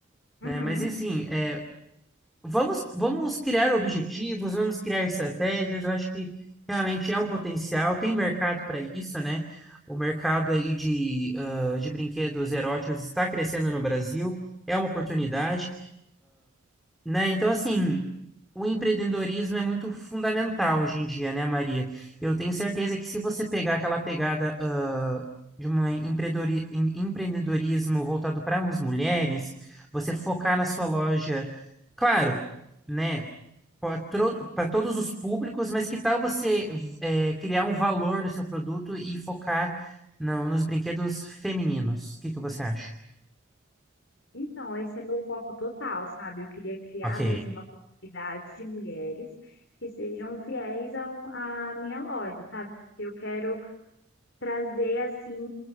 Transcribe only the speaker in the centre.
né? Mas, assim, é, Vamos, vamos criar objetivos, vamos criar estratégias. Eu acho que realmente é um potencial, tem mercado para isso, né? O mercado aí de, ah, de brinquedos eróticos está crescendo no Brasil, é uma oportunidade né? Então, assim, o empreendedorismo é muito fundamental hoje em dia, né, Maria? Eu tenho certeza que se você pegar aquela pegada, ah, de um empreendedori- em- empreendedorismo voltado para as mulheres, você focar na sua loja, claro, né? Para todos os públicos, mas que tal você eh, criar um valor no seu produto e focar no- nos brinquedos femininos? O que que você acha?
Ok.